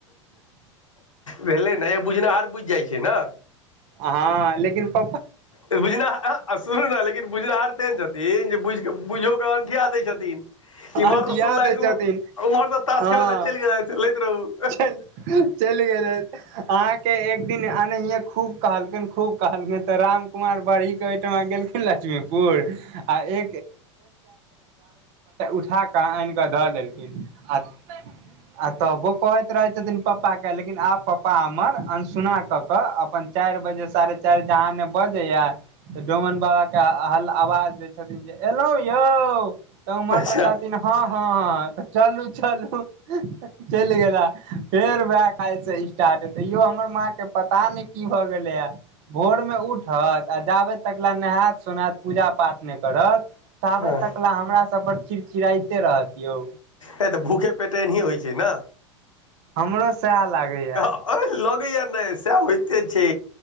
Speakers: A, on the left (about 80°); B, on the right (about 45°).
A: भेलै नै बुझनिहार बुझि जाइ छै ने
B: हँ लेकिन प
A: बुझना सुनू ने लेकिन बुझनाहारर तेहन छथिन जे बुझ कऽ बुझियओ कऽ अंठिया दै छथिन इमहर
B: अंठिया
A: तऽ सुनलथि
B: दै छथिन
A: उम्हर तऽ ताश
B: हँ
A: खेलय ल चलि गेलथि लैत रहू
B: चल चलि गेलै अहाँके एक दिन ह खूब कहलकिन खूब कहलकिन तऽ राम कुमार बड़ी के ओहिठमा गेलखिन लक्ष्मीपुर आिय उठाक आनि क धऽ देलखिन आ त कहैत रहै छथिन पापाके लेकिन आब प्पा हमर अनसुना कऽ कऽ अपन चार बजे साढ़े चार बजे आने बजे यार त डोमन बाबा के हल आवाज दै छथिन जे एलहु यौ तऽ उमहर
A: अच्छा
B: से कहथिन हँ हँ त चलू चलू चलि गेल फेर वएह काल से स्टार्ट हे ते इो हमर माँ के पता नहि की भऽ गेलै ह भोरमे उठत आ जाबै तक ल नहायत सोनायत पूजा पाठ नहि करत ताबे
A: हँ
B: तक ल हमरा सब पर चिड़चिड़इते रहत यौ
A: ए तऽ भूखे पेटे एना होइ छै ने
B: हमरो सएह लागैए
A: अ ले यार नहि सएह होइते छै